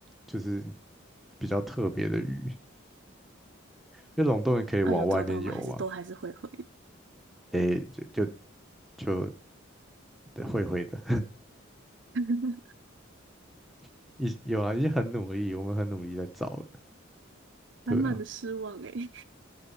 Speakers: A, in the centre; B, on the right (about 60°).
A: 就是比较特别的鱼，因为龙洞也可以往外面游嘛。
B: 啊，有找到吗？还是都还是会回的
A: 诶，就就就对灰灰的，
B: <laughs>
A: <laughs> 已有啊，已经很努力，我们很努力在找了。对啊。
B: 满满的失望诶、